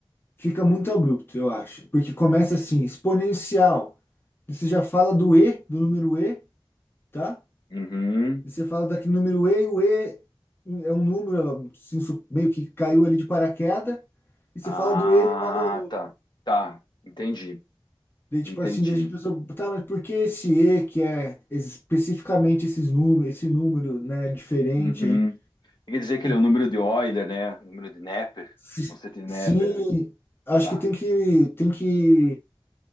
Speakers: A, on the left; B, on the left.
A: fica muito abrupto, eu acho. Porque começa assim, exponencial. Você já fala do E, do número E, tá?
B: Uhum.
A: E você fala daqui número E, e o E é um número assim, su- meio que caiu ali de paraquedas, e você
B: Ah,
A: fala do E elevado ao número.
B: tá, tá, entendi,
A: Daí, tipo
B: entendi.
A: assim, deixa a pessoa, tá, mas por que esse E que é especificamente esses números, esse número, né, diferente
B: Uhum.
A: aí?
B: Quer dizer que
A: E
B: ele é o número de Euler, né? O Número de Neper,
A: se-
B: conceito de Neper,
A: Sim,
B: né?
A: acho
B: Tá,
A: que tem que, tem que,